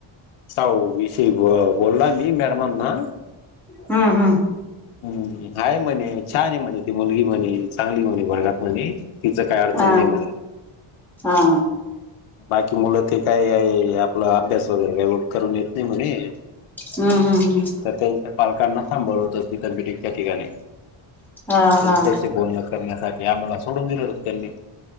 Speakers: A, on the left (about 80°); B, in the centre.
A: साऊ विषय बोललाय मी मॅडमांना
B: हा हम
A: हम्म हायै म्हणे छान आहे म्हणे ती मुलगी म्हणे चांगली म्हणे वर्गात म्हणे तिचं काय अडचण
B: हा
A: नाही मण
B: हा
A: बाकी मुलं ते काय आहे आपला अभ्यास वगैरे काही करून येत नाही म्हणे
B: हम्म हम् हम्म
A: तर त्यांच्या पालकांना थांबवलं होतं तिथे ब्रिजच्या ठिकाणी
B: हा
A: त्यांच्याशी
B: हा
A: बोलण करण्यासाठी आम्हाला सोडून दिलं हो त्यांनी